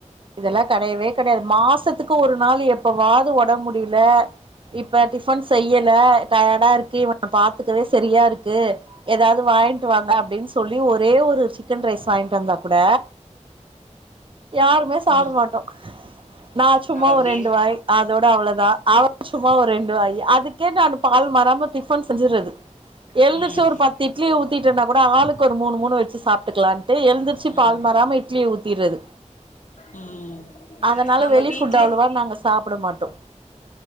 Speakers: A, on the right; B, on the left.
A: இதெலா கெடையவே கெடயாது மாசத்துக்கு ஒரு நாலு எப்பவாது ஒடம் முடில இப்ப டிஃபன் செய்யல டயாடா இருக்கு இவன பாத்துக்கவே செரியா இருக்கு ஏதாவ்து வாயின்ட் வாங்க அப்டின் சொல்லி ஒரே ஒரு சிக்கன் ரைஸ் வாயின்ட் வந்தா கூட யாருமே சாட
B: ம்
A: மாட்டோ நா சும்மா
B: அது அப்டியே
A: ஒரு ரெண்டு வாய் அதோட அவ்ளோதா அவர் சும் சுமா ஒரு ரெண்டு வாயி அதுக்கே நான் பால் மாராம டிஃபன் செஞ்சுறது எழ்ந்துருசு
B: ம்
A: ஒரு பத்து இட்லிய ஊத்திட்டனா கூட ஆளுக்கு ஒரு மூணு மூணு வெச்சு சாப்டுக்கலான்டு எழ்ந்துருசு
B: ம்
A: பால் மாராம இட்லிய ஊத்திறது
B: ம்
A: அதனால
B: நம்ம
A: வெளி
B: வீட்லே
A: ஃபுட் அவ்ளவா நாங்க சாப்ட மாட்டோ